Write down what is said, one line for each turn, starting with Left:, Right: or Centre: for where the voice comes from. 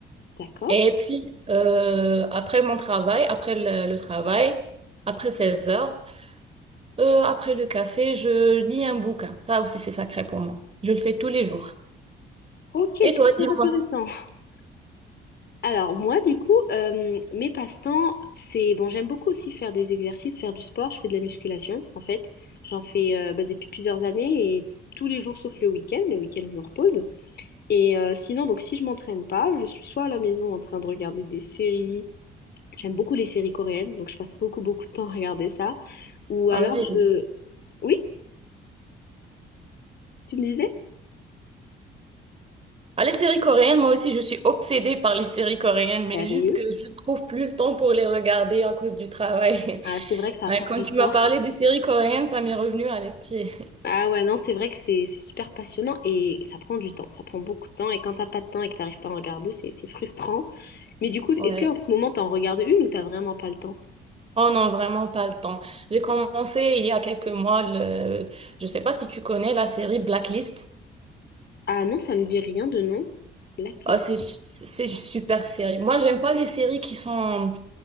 Left: D'accord?
Right: Et puis, euh, après mon travail, après le, le travail, après 16 heures, euh, après le café, je lis un bouquin. Ça aussi, c'est sacré pour moi. Je le fais tous les jours.
Left: Ok, c'est
Right: Et toi,
Left: super
Right: dis-moi.
Left: intéressant. <laughs> Alors moi, du coup, euh, mes passe-temps, c'est... Bon, j'aime beaucoup aussi faire des exercices, faire du sport. Je fais de la musculation, en fait. J'en fais euh, bah, depuis plusieurs années et tous les jours sauf le week-end. Le week-end, je me repose. Et euh, sinon, donc si je m'entraîne pas, je suis soit à la maison en train de regarder des séries J'aime beaucoup les séries coréennes, donc je passe beaucoup, beaucoup de temps à regarder ça. Ou
Right: Ah
Left: alors
Right: oui.
Left: je... Oui, tu me disais?
Right: Ah, les séries coréennes, moi aussi, je suis obsédée par les séries coréennes, mais
Left: Sérieux?
Right: juste que je ne trouve plus le temps pour les regarder à cause du travail.
Left: Ah,
Right: <laughs>
Left: c'est vrai que ça
Right: Ouais,
Left: prend
Right: quand
Left: du
Right: tu
Left: temps.
Right: m'as parlé des séries coréennes, ça m'est revenu à l'esprit.
Left: Ah ouais, non, c'est vrai que c'est c'est super passionnant et ça prend du temps. Ça prend beaucoup de temps et quand t'as pas de temps et que t'arrives pas à en regarder, c'est c'est frustrant. Mais du coup,
Right: <laughs> Ouais.
Left: est-ce qu'en ce moment, t'en regardes une ou t'as vraiment pas le temps?
Right: Oh non, vraiment pas le temps. J'ai commencé il y a quelques mois le, je sais pas si tu connais la série Blacklist.
Left: Ah non, ça me dit rien de non. Blacklist.
Right: Ah, c'est, c'est c'est une super série. Moi, j'aime pas les séries qui sont